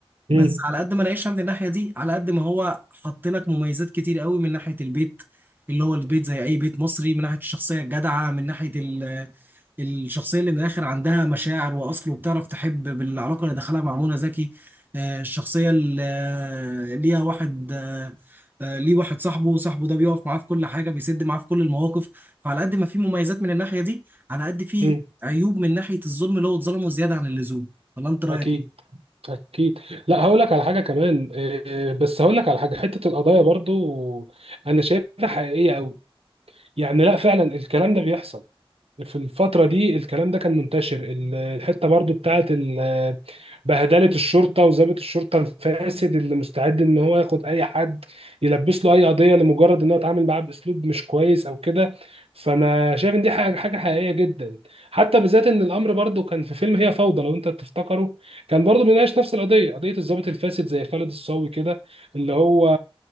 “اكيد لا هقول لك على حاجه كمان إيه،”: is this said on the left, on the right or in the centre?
Right